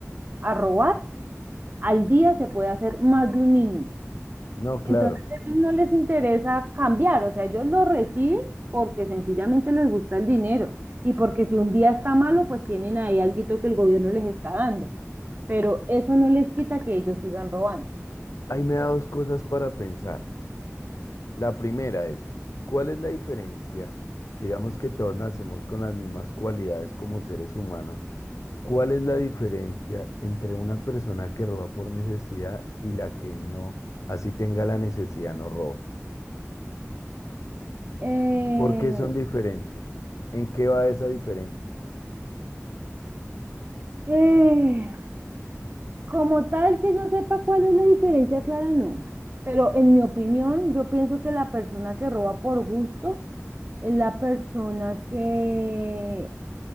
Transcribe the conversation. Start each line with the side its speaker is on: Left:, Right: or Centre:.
Right: a robar, al día se puede hacer más de un mínimo.
Left: no, claro.
Right: Entonces a ellos no les interesa cambiar, o sea, ellos lo reciben porque sencillamente les gusta el dinero y porque si un día está malo, pues tienen ahí alguito que el gobierno les está dando. Pero eso no les quita que ellos sigan robando.
Left: Ahí me da dos cosas para pensar. La primera es, ¿cuál es la diferencia? Digamos que todos nacemos con las mismas cualidades como seres humanos. ¿Cuál es la diferencia entre una persona que roba por necesidad y la que no, así tenga la necesidad, no roba?
Right: Eh,
Left: ¿Por qué son diferentes? ¿En qué va esa diferencia?
Right: eh, como tal que yo sepa cuál es la diferencia, Clara, no. Pero en mi opinión, yo pienso que la persona que roba por gusto es la persona que